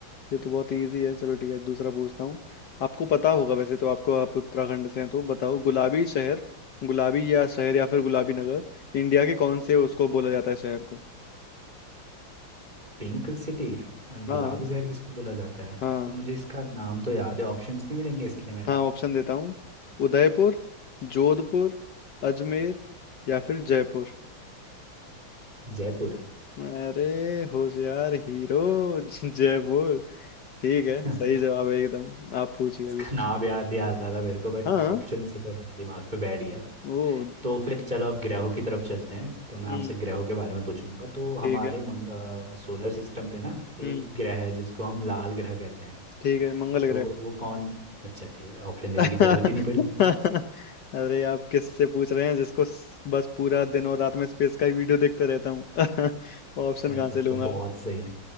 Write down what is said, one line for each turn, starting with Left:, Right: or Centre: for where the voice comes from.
Left: ये तो बहुत इजी है चलो ठीक है दूसरा पूछता हूँ आपको पता होगा वैसे तो आपको आप उत्तराखंड से हैं तो बताओ गुलाबी शहर गुलाबी या शहर या फिर गुलाबी नगर इंडिया के कौन से उसको बोला जाता है शहर को
Right: Pink city अ,
Left: हाँ
Right: गुलाबी शहर किसको बोला जाता है
Left: हाँ
Right: तो मुझे इसका नाम तो याद है ऑप्शंस नहीं मिलेंगे इसके लिए मेरे
Left: हाँ
Right: को
Left: ऑप्शन देता हूँ उदयपुर जोधपुर अजमेर या फिर जयपुर
Right: जयपुर
Left: अरे होशियार हीरो <laughs> जयपुर ठीक है
Right: <laughs>
Left: सही जवाब है एकदम आप पूछिए
Right: इसका
Left: अभी
Right: नाम याद नहीं आ रहा था मेरे को बट
Left: हाँ
Right: ऑप्शन से थोड़ा दिमाग पे बैठ गया
Left: ओ
Right: तो फिर चलो अब ग्रहों की तरफ चलते हैं तो मैं आपसे
Left: हम्म
Right: ग्रहों के बारे में पूछूंगा तो हमारे
Left: ठीक है
Right: मंग, सोलर सिस्टम पे ना
Left: हम्म
Right: एक ग्रह है जिसको हम लाल ग्रह कहते हैं
Left: ठीक है मंगल
Right: तो
Left: ग्रह
Right: वो कौन अच्छा ठीक है ऑप्शन देने
Left: <laughs>
Right: की जरूरत ही नहीं पड़ी इसमें
Left: अरे आप किससे पूछ रहे हैं जिसको स- बस पूरा दिन और रात में स्पेस का ही वीडियो देखते रहता हूँ <laughs> ऑप्शन
Right: अ,
Left: कहाँ
Right: तब
Left: से लूंगा
Right: तो बहुत सही है